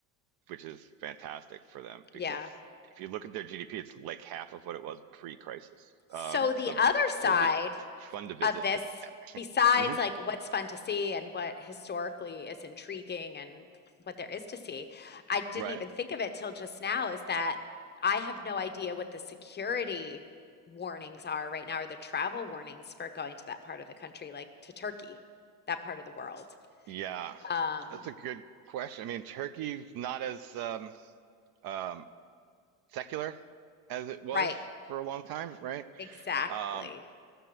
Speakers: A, on the right; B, on the left.
A: which is fantastic for them because
B: Yeah.
A: if you look at their GDP, it's like half of what it was pre-crisis.
B: So
A: Um,
B: the
A: so
B: other side
A: it'll be fun to visit.
B: of this besides
A: hmm
B: like what's fun to see and what historically is intriguing and what there is to see i didn't
A: Right?
B: even think of it till just now is that i have no idea what the security warnings are right now or the travel warnings for going to that part of the country like to turkey that part of the world
A: Yeah,
B: um
A: that's a good question. I mean, Turkey's not as um, um, secular as it was
B: right
A: for a long time, right?
B: exactly
A: Um,